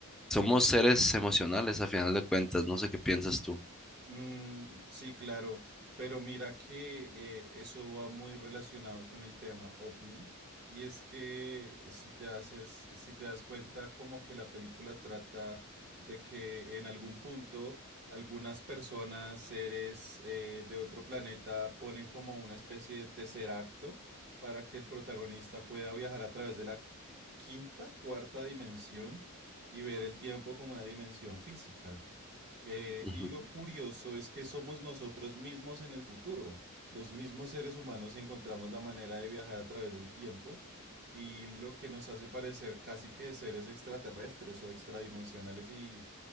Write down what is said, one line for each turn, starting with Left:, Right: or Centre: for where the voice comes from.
Centre: somos seres emocionales a final de cuentas. No sé qué piensas tú.
Right: Mm, sí, claro, pero mira que eh, eso va muy relacionado con el tema OVNI y es que si te haces, si te das cuenta como que la película trata de que en algún punto algunas personas, seres eh, de otro planeta ponen como una especie de tercer acto para que el protagonista pueda viajar a través de la quinta, cuarta dimensión y ver el tiempo como una dimensión física. Eh,
Centre: Ujú.
Right: y lo curioso es que somos nosotros mismos en el futuro. Los mismos seres humanos encontramos la manera de viajar a través del tiempo y lo que nos hace parecer casi que seres extraterrestres o extradimensionales y